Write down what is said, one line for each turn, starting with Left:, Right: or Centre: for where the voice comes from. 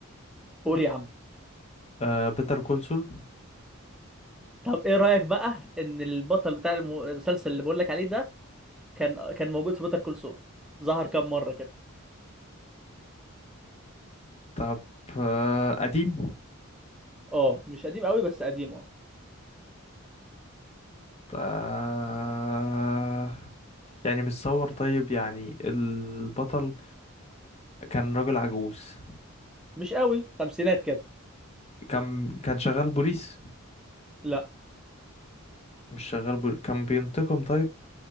Centre: قول يا عم
Left: آه بيتر كولسول
Centre: طب ايه رأيك بقى ان البطل بتاع الم- المسلسل اللي بقول لك عليه ده كان كان موجود في بيتر كول سول ظهر كام مرة كده
Left: طب آه قديم
Centre: اه مش قديم قوي بس قديم اه
Left: آه يعني متصور طيب يعني البطل كان راجل عجوز
Centre: مش قوي خمسينات كده
Left: كان كان شغال بوليس
Centre: لا
Left: مش شغال بول... كان بينتقم طيب